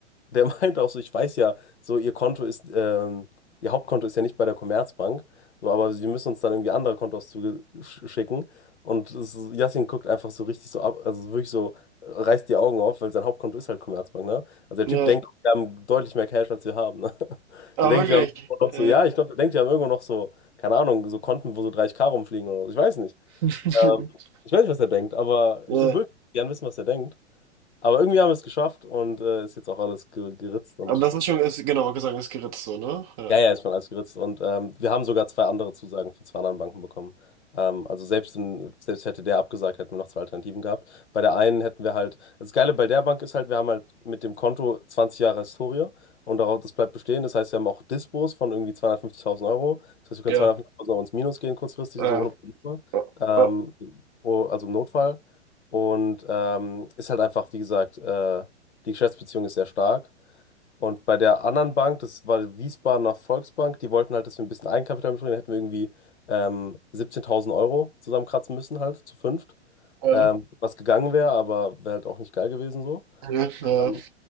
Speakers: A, on the left; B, on the right.
A: der <laughs> meinte auch so, ich weiß ja, so ihr Konto ist, ähm, ihr Hauptkonto ist ja nicht bei der Commerzbank, so, aber sie müssen uns dann irgendwie andere Kontoauszüge sch- schicken. Und es- Yassin guckt einfach so richtig so ab, also wirklich so, äh, reißt die Augen auf, weil sein Hauptkonto ist halt Commerzbank, ne? Also der
B: ja.
A: Typ denkt, wir haben deutlich mehr Cash, als wir haben, ne? <laughs>
B: Ah,
A: Der denkt,
B: wirklich?
A: wir haben irgendwo
B: Ja.
A: noch so, ja, ich glaube, der denkt, wir haben irgendwo noch so, keine Ahnung, so Konten, wo so 30k rumfliegen oder so. Ich weiß nicht.
B: <laughs>
A: Ähm, ich weiß nicht, was er denkt, aber
B: Ja.
A: ich würde wirklich gern wissen, was er denkt. Aber irgendwie haben wir es geschafft und äh, ist jetzt auch alles ge geritzt und
B: Aber das ist schon, ist, genau, Gesang ist geritzt, so, ne? Ja.
A: ja, ja, ist schon alles geritzt. Und ähm, wir haben sogar zwei andere Zusagen von zwei anderen Banken bekommen. Ähm, also selbst, in, selbst hätte der abgesagt, hätten wir noch zwei Alternativen gehabt. Bei der einen hätten wir halt, das Geile bei der Bank ist halt, wir haben halt mit dem Konto 20 Jahre Historie und darauf, das bleibt bestehen. Das heißt, wir haben auch Dispos von irgendwie 250.000 Euro. Das heißt, wir können
B: Ja.
A: 250.000 Euro ins Minus gehen kurzfristig
B: Ja.
A: und so ohne Probleme.
B: Ja.
A: Ähm,
B: Ja.
A: oh, also im Notfall. Und ähm, ist halt einfach, wie gesagt, äh, die Geschäftsbeziehung ist sehr stark. Und bei der anderen Bank, das war die Wiesbadener Volksbank, die wollten halt, dass wir ein bisschen Eigenkapital mitbringen. Da hätten wir irgendwie ähm, 17.000 Euro zusammenkratzen müssen, halt zu fünft.
B: Ja.
A: Ähm, was gegangen wäre, aber wäre halt auch nicht geil gewesen so.
B: Ja, ja,
A: Ähm,